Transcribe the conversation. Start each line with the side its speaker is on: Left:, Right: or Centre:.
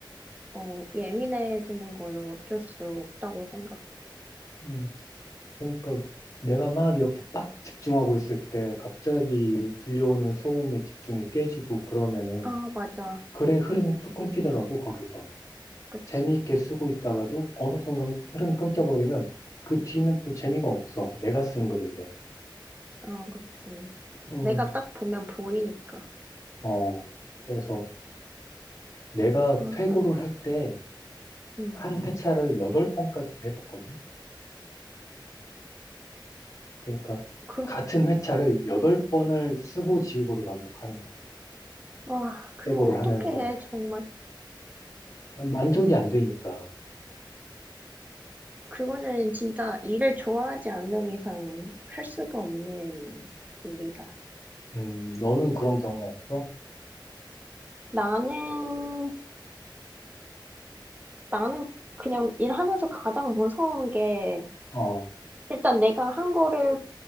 Right: 어, 예민해지는 거는 어쩔 수 없다고 생각해.
Left: 음, 그러니까 내가 막 이렇게 빡 집중하고 있을 때 갑자기 들려오는 소음에 집중이 깨지고 그러면은
Right: 아, 맞아.
Left: 글의 흐름이 툭 끊기더라고 거기서
Right: 그치.
Left: 재미있게 쓰고 있다가도 어느 순간 흐름이 끊겨버리면 그 뒤는 또 재미가 없어 내가 쓴 글인데
Right: 아, 그치.
Left: 음,
Right: 내가 딱 보면 보이니까.
Left: 어 그래서 내가
Right: 아,
Left: 퇴고를
Right: 나,
Left: 할 때
Right: 음.
Left: 한 회차를 여덟 번까지도 해봤거든 그러니까
Right: 그,
Left: 같은 회차를 여덟 번을 쓰고 지우고를 반복하는 거야
Right: 와 그거
Left: 퇴고를
Right: 어떻게
Left: 하면서
Right: 해, 정말.
Left: 만족이 안 되니까
Right: 그거는 진짜 일을 좋아하지 않는 이상 할 수가 없는 일이다.
Left: 음, 너는 그런 경우 없어?
Right: 나는, 나는 그냥 일하면서 가장 무서운 게
Left: 어,
Right: 일단 내가 한 거를